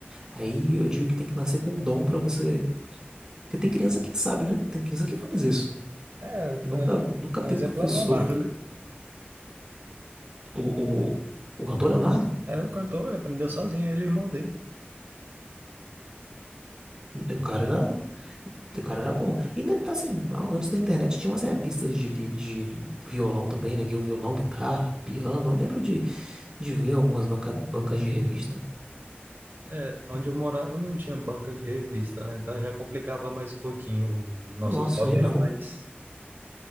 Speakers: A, on the right; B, on the right.
A: Aí eu digo que tem que nascer com um dom pra você. Porque tem criança que sabe, né? Tem criança que faz isso.
B: É,
A: Nunca,
B: é,
A: nunca teve
B: um exemplo
A: professor.
B: é o Leonardo, né?
A: O, o, o cantor Leonardo?
B: É, o cantor ele aprendeu sozinho, ele e o irmão dele.
A: O cara era. O cara era bom. E né, tá assim, a- antes da internet tinha umas revistas de, li- de violão também, né? Violão, guitarra, piano. Eu lembro de, de ver algumas banca, bancas de revista.
B: É, onde eu morava não tinha banca de revista, né? Então já complicava mais um pouquinho. Os nossos
A: Nossa,
B: hobbies
A: aí não.
B: eram mais,